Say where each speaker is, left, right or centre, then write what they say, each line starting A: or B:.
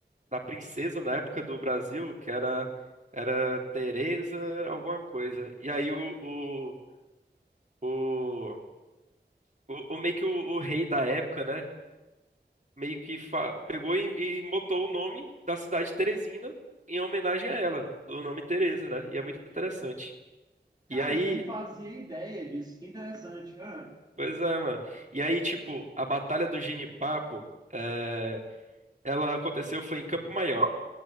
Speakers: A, on the right; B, on the right.
A: da princesa na época do Brasil, que era, era Teresa alguma coisa. E aí o, o, o, o, o meio que o, o rei da época, né? meio que fa- pegou e, e botou o nome da cidade de Teresina em homenagem a ela, do nome Teresa, né? E é muito interessante.
B: Cara,
A: E aí,
B: eu não fazia ideia disso. Que interessante. Ah,
A: pois é, mano. E aí, tipo, a Batalha do Genipapo, é, ela aconteceu foi em Campo Maior,